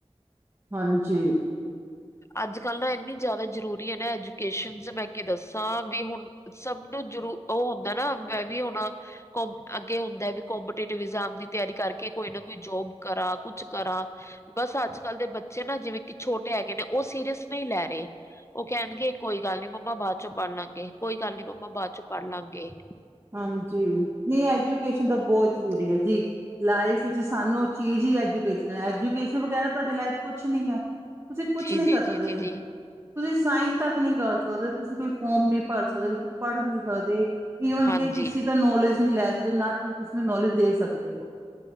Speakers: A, on the right; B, on the left.
A: ਹਾਂਜੀ।
B: ਅੱਜ ਕੱਲ ਨਾ ਇੰਨੀ ਜ਼ਿਆਦਾ ਜਰੂਰੀ ਹੈ ਨਾ ਐਜੂਕੇਸ਼ਨ ਚ ਮੈਂ ਕੀ ਦੱਸਾਂ ਵੀ ਹੁਣ ਸਭ। ਮਨੂੰ ਜਰੂ ਉਹ ਹੁੰਦਾ ਨਾ ਮੈਂ ਵੀ ਹਣਾ <unintelligible> ਅੱਗੇ ਹੁੰਦਾ ਕੋਪਟਿਈਟਬ ਦੀ ਤਿਆਰੀ ਕਰਕੇ ਕੋਈ ਨਾ ਕੋਈ ਜੋਬ ਕਰਾ ਕੁਛ ਕਰਾ। ਬਸ ਅੱਜ ਕੱਲ੍ਹ ਦੇ ਬੱਚੇ ਨਾ ਜਿਵੇਂ ਕਿ ਛੋਟੇ ਹੈਗੇ ਨੇ ਉਹ ਸੀਰੀਅਸ ਨਹੀਂ ਲੈ ਰਹੇ। ਉਹ ਕਹਿਣਗੇ ਕੋਈ ਗੱਲ ਨੀ ਮੰਮਾ ਬਾਅਦ ਚ ਪੜ ਲਾਂਗੇ ਕੋਈ ਗੱਲ ਨੀ ਮੰਮਾ ਬਾਅਦ ਚੋਂ ਪੜ੍ਹ ਲਾਂਗੇ।
A: ਹਾਂਜੀ ਨਹੀਂ ਐਜੂਕੇਸ਼ਨ ਤਾਂ ਬਹੁਤ ਜ਼ਰੂਰੀ ਹੈ ਜੀ। ਲਾਈਫ ਚ ਸਾਨੂੰ ਚੀਜ਼ ਹੀ ਐਜੂਕੇਸ਼ਨ ਐਜੂਕੇਸ਼ਨ ਵਗੈਰਾ ਤੁਹਾਡੀ ਲਾਈਫ ਕੁਛ ਨਹੀਂ ਹੈ। ਤੁਸੀਂ ਕੁਛ
B: ਜੀ
A: ਨਹੀਂ
B: ਜੀ
A: ਕਰ
B: ਜੀ
A: ਸਕਦੇ।
B: ਜੀ ਜੀ
A: ਤੁਸੀਂ ਸਾਈਨ ਤੱਕ ਨਹੀਂ ਕਰ ਸਕਦੇ ਤੁਸੀਂ ਕੋਈ ਫੋਰਮ ਨ ਭਰ ਸਕਦੇ ਤੁਸੀਂ ਪੜ ਨਹੀਂ ਸਕਦੇ। ਕਿ
B: ਹਾਂਜੀ
A: ਕਿਸੇ ਤਾਂ ਨੌਲੇਜ ਨਹੀਂ ਲੈ ਸਕਦੇ ਨਾਸੀਂ ਕਿਸੇ ਨੂੰ ਨੌਲੇਜ ਦੇ ਸਕਦੇ ਹੋ।